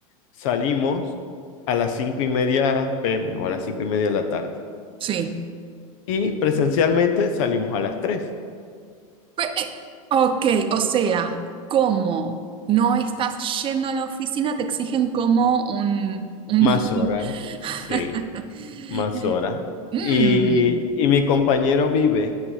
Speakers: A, on the left; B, on the right.
A: salimos a las cinco y media PM o a las cinco y media de la tarde.
B: sí.
A: Y presencialmente salimos a las tres
B: Pues, eh, ok, o sea, como no estás yendo a la oficina, te exigen como un... un...
A: Más horas,
B: <laughs>
A: sí, más horas.
B: Mm,
A: Y, y mi compañero vive